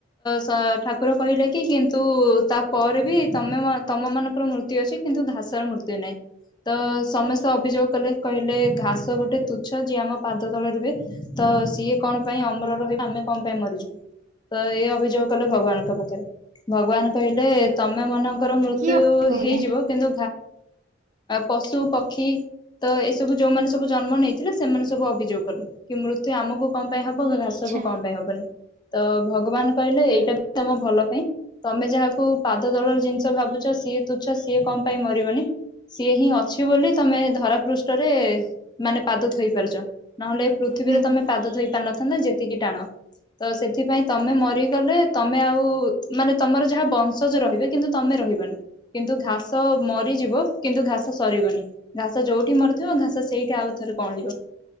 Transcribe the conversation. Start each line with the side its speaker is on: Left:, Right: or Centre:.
Left: ତ ଠାକୁର କହିଲେ କି କିନ୍ତୁ ତା ପରେ ବି ତମେ ତମ ମାନଙ୍କର ମୃତ୍ୟୁ ଅଛି। କିନ୍ତୁ ଘାସର ମୃତ୍ୟୁ ନାହିଁ। ତ ସମସ୍ତେ ଅଭିଯୋଗ କଲେ- କହିଲେ ଘାସ ଗୋଟେ ତୁଚ୍ଛ, ଯିଏ ଆମ ପାଦ ତଳେ ରୁହେ। ତ ସିଏ କଣ ପାଇଁ ଅମର ରହିବ, ଆମେ କଣ ପାଇଁ ମରିଯିବୁ? ତ ଏ ଅଭିଯୋଗ କଲେ ଭଗବାନଙ୍କ ପାଖରେ, ଭଗବାନ କହିଲେ ତମେ ମନ ଙ୍କର ମୃତ୍ୟୁ
Right: କିଏ କଟିଗଲେ
Left: ହେଇଯିବ କିନ୍ତୁ ପଶୁ ପକ୍ଷୀ ତ ଏସବୁ ଯୋଉମାନେ ସବୁ ଜନ୍ମ ନେଇଥିଲେ ସେମାନେ ସବୁ ଅଭିଯୋଗ କଲେ। କି ମୃତ୍ୟୁ ଆମକୁ କଣ ପାଇଁ ହବ କି ଘାସକୁ
Right: ଆଚ୍ଛା
Left: କଣ ପାଇଁ ହବନି? ତ ଭଗବାନ କହିଲେ ଏଇଟା ବି ତମ ଭଲ ପାଇଁ ତମେ ଯାହାକୁ ପାଦ ତଳର ଜିନିଷ ଭାବୁଛ ସିଏ ତୁଛ ସିଏ କଣ ପାଇଁ ମରିବନି? ସିଏ ହିଁ ଅଛି ବୋଲି ତମେ ଧରା ପୃଷ୍ଠରେ ମାନେ ପାଦ ଥୋଇପାରୁଛ ନହେଲେ ପୃଥିବୀରେ
Right: ହୁଁ
Left: ତମେ ପାଦ ଧୋଇ ପାରିନଥାନ୍ତ, ଯେତିକି ଟାଣ ତ ସେଥିପାଇଁ ତମେ ମରିଗଲେ ତମେ ଆଉ ମାନେ ତମର ଯାହା ବଂଶଜ ରହିବେ କିନ୍ତୁ ତମେ ରହିବନି କିନ୍ତୁ ଘାସ ମରିଯିବ କିନ୍ତୁ ଘାସ ସରିବନି ଘାସ ଯୋଉଠି ମରିଥିବ ଘାସ ସେଇଠି ଆଉ ଥରେ କଅଁଳିବ।